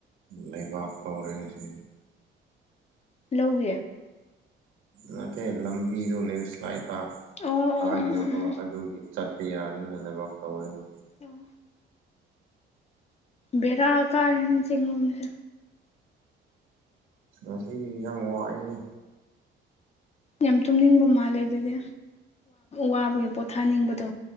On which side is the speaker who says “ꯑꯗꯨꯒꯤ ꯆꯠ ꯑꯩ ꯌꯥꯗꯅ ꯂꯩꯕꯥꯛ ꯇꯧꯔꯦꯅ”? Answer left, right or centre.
Right